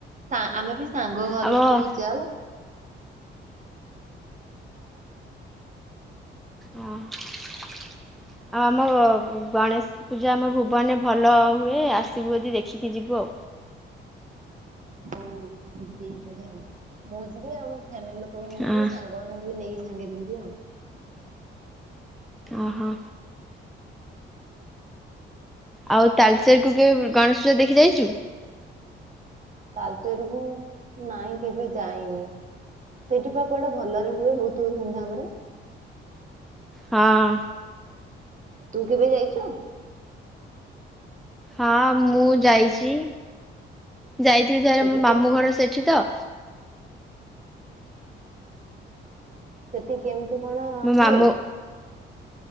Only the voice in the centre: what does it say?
ଆମ ହଁ
ଅଁ ହଁ ଆଉ ଆମ ଗଣେଶ ପୂଜା ଆମ ଭୁବନରେ ଭଲ ହୁଏ ଆସିବୁ ଯଦି ଦେଖିକି ଯିବୁ।
ହଁ
ଓହୋ। ଆଉ ତାଲଚେର କୁ କେବେ ଗଣେଶ ପୂଜା ଦେଖି ଯାଇଛୁ?
ହଁ।
ହଁ ମୁଁ ଯାଇଛି ଯାଇଥିଲି ଥରେ
ମୋ
ମାମୁଁ ଘର ସେଠି ତ
ମୋ ମାମୁଁ